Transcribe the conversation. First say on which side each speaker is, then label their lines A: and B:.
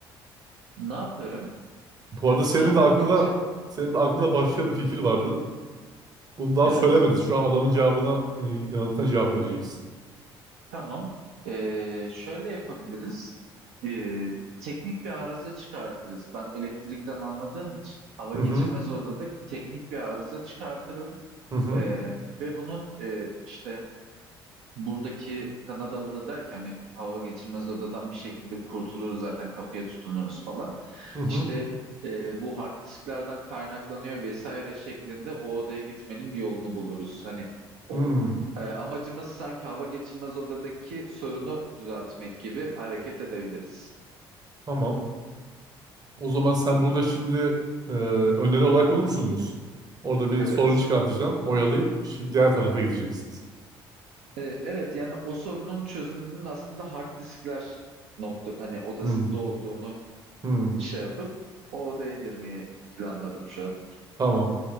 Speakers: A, on the right; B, on the right.
A: ne yaparım?
B: Bu arada
A: E,
B: senin
A: Hava
B: de aklında
A: geçir.
B: senin de aklında
A: Hı,
B: başka bir fikir vardı. Onu daha
A: Evet.
B: söylemediniz. Şu an adamın cevabına e, yanıtına cevap vereceksin.
A: Tamam. Ee, şöyle yapabiliriz. Ee, teknik bir arıza çıkartırız. Ben elektrikten anladığım için hava
B: Hı
A: geçirmez
B: hı.
A: odada teknik bir arıza çıkartırım.
B: Hı hı.
A: Ee, ve bunun e, işte buradaki Kanadalı da der ki hani hava geçirmez odadan bir şekilde kurtuluruz zaten kapıya tutunuruz falan.
B: Hı hı.
A: İşte e, bu hard disklerden kaynaklanıyor vesaire şeklinde o odaya gitmenin bir yolunu buluruz. Hani o
B: Hı.
A: e, amacımız sanki hava geçirmez odadaki sorunu düzeltmek gibi hareket edebiliriz.
B: Tamam. O zaman sen burada şimdi e, öneri olarak bunu mu sunuyorsun? Orada bir
A: Evet.
B: sorun çıkartacaksın, oyalayıp şi- diğer tarafa gideceksiniz.
A: E, evet yani o sorunun çözümünün aslında hard diskler nokta hani odasında
B: Hmm,
A: olduğunu
B: hmm,
A: şey yapıp o odaya girmeyi planladım şu an.
B: tamam.